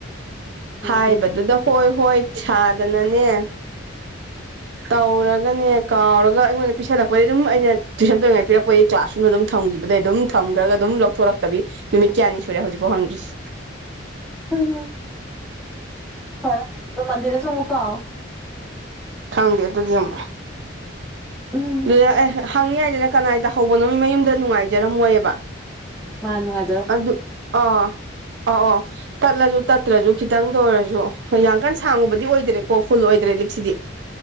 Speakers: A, in the centre; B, on the right.
A: ꯎꯝ
B: ꯍꯥꯏꯕꯗꯨꯗ ꯍꯣꯏ ꯍꯣꯏ ꯁꯥꯗꯅꯅꯦ ꯇꯧꯔꯒꯅꯦ ꯀꯥꯎꯔꯒ ꯑꯩꯉꯣꯟꯗ ꯄꯤꯁꯜꯂꯛꯄꯗꯤ ꯑꯗꯨꯝ ꯑꯩꯅ ꯇꯨꯏꯁꯟ ꯇꯧꯔꯤꯉꯥꯏ ꯄꯤꯔꯛꯄꯒꯤ ꯀ꯭ꯂꯥꯁ ꯅꯨ ꯑꯗꯨꯝ ꯊꯝꯈꯤꯕꯗꯩ ꯑꯗꯨꯝ ꯊꯝꯈ꯭ꯔꯒ ꯑꯗꯨꯝ ꯂꯧꯊꯣꯔꯛꯇꯕꯤ ꯅꯨꯃꯤꯠ ꯀꯌꯥꯅꯤ ꯁꯨꯔꯦ ꯍꯧꯖꯤꯛꯐꯥꯎ ꯍꯪꯗ꯭ꯔꯤꯁꯦ
A: ꯎꯝ ꯍ ꯃꯗꯤꯔꯁꯨ ꯃꯨꯀ ꯑꯣ
B: ꯈꯪꯗꯦ ꯑꯗꯨꯗꯤ ꯑꯃꯨꯛ
A: ꯎꯝ
B: ꯑꯗꯨꯗ ꯑꯦ ꯍꯪꯉꯉꯏꯗꯅ ꯀꯅꯥꯏꯗ ꯍꯧꯕꯅꯣ ꯃꯤ ꯃꯌꯨꯝꯗ ꯅꯨꯡꯉꯥꯏꯖꯔꯝꯃꯣꯏꯑꯕ
A: ꯃꯥꯅ ꯉ
B: ꯑꯗꯨ ꯑꯥ ꯑꯥ ꯑꯣ ꯇꯠꯂꯁꯨ ꯇꯠꯇ꯭ꯔꯁꯨ ꯈꯤꯇꯪꯗ ꯑꯣꯏꯔꯁꯨ ꯍꯣꯏ ꯌꯥꯝꯡ ꯀꯥꯟ ꯁꯥꯡꯉꯨꯕꯗꯤ ꯑꯣꯏꯗ꯭ꯔꯦꯀꯣ ꯐꯨꯜ ꯑꯣꯏꯗ꯭ꯔꯦ ꯂꯤꯛꯁꯤꯗꯤ